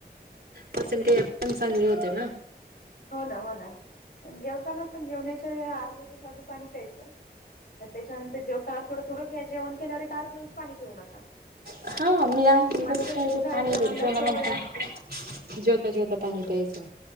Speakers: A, on the right; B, on the left.
A: पचणक्रीया पण चांगली होते ना
B: हो ना. हो ना. जेवता ना पण जेवण्याच्या आधी पाणी प्यायचं. त्याच्यानंतर जेवताना थोड थोडं जेवण केल्यावर एक अर्धा तास पाणी पिऊ नका.
A: हां, मी आम्ही
B: म्हणत्यात
A: कसं प्यायचं
B: काही
A: <unintelligible>
B: सवय असती
A: जेवता जेवता पाणी प्यायचं